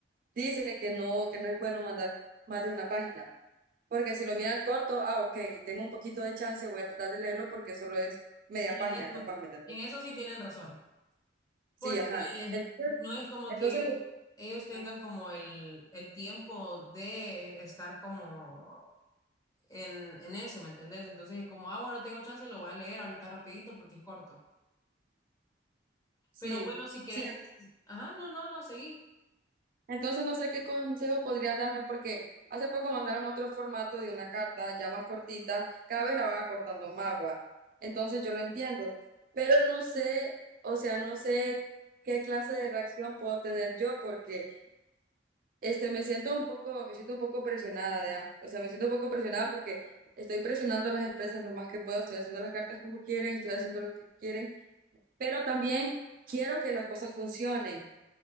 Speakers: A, on the right; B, on the left.
A: dice que no, que no es bueno mandar más de una página. Porque si lo miran corto, ah, ok, tengo un poquito de chance, voy a tratar de leerlo porque solo es media
B: En
A: página,
B: eso,
A: capaz, ¿me entiendes?
B: en eso sí tienen razón,
A: Sí,
B: porque
A: ajá. Entonces,
B: no es como
A: entonces,
B: que ellos tengan
A: ajá,
B: como el, el tiempo de estar como en, en eso, ¿me entendés? Entonces es como, ah, bueno, tengo chance, lo voy a leer ahorita rapidito porque es corto.
A: sí,
B: Pero bueno, si querés,
A: sí.
B: es- ajá, no, no, no, seguí.
A: Entonces no sé qué consejo podrías darme porque hace poco mandaron otro formato de una carta ya más cortita, cada vez la van acortando más, va. Entonces yo lo entiendo, pero no sé, o sea, no sé qué clase de reacción puedo tener yo porque Este, me siento un poco, me siento un poco presionada ya. O sea, me siento un poco presionada porque estoy presionando a las empresas lo más que puedo, estoy haciendo las cartas como quieren, estoy haciendo lo que quieren, pero también quiero que las cosas funcionen,